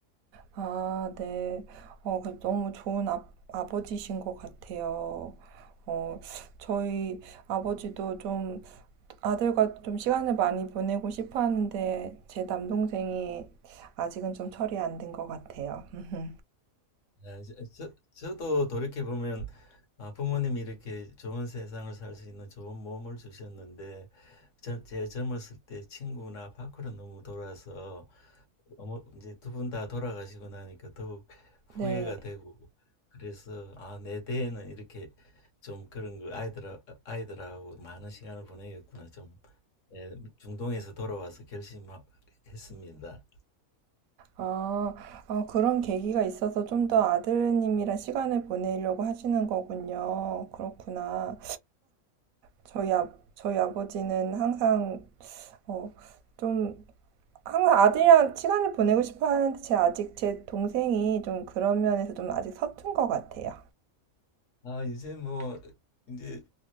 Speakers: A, on the right; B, on the left.
A: 아, 네. 어, 그 너무 좋은 아, 아버지신 것 같아요. 어, 저희 아버지도 좀 아들과 좀 시간을 많이 보내고 싶어 하는데 제 남동생이 아직은 좀 철이 안 든 것 같아요. 음,
B: 네, 저, 저, 도 돌이켜보면 아, 부모님이 이렇게 좋은 세상을 살 수 있는 좋은 몸을 주셨는데 저, 제 젊었을 때 친구나 밖으로 너무 돌아서 어머, 이제 두 분 다 돌아가시고 나니까 더욱 후회가
A: 네.
B: 되고 그래서 아, 내 대에는 이렇게 좀 그런 거 아이들 아이들하고 많은 시간을 보내겠구나 좀 예, 중동에서 돌아와서 결심했습니다.
A: 아, 아, 그런 계기가 있어서 좀 더 아드님이랑 시간을 보내려고 하시는 거군요. 그렇구나. 저희 아, 저희 아버지는 항상 어, 좀 항상 아들이랑 시간을 보내고 싶어 하는데 제 아직 제 동생이 좀 그런 면에서 좀 아직 서툰 것 같아요.
B: 아, 이제 뭐, 이제